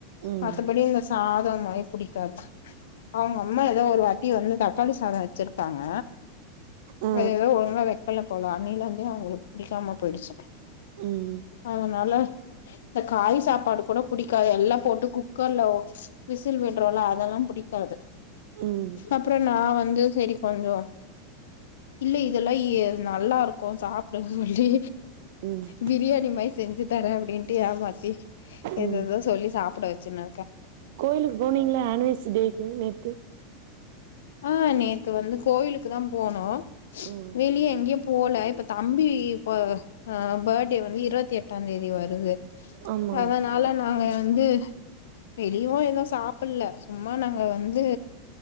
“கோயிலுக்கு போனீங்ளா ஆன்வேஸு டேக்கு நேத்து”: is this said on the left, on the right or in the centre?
Right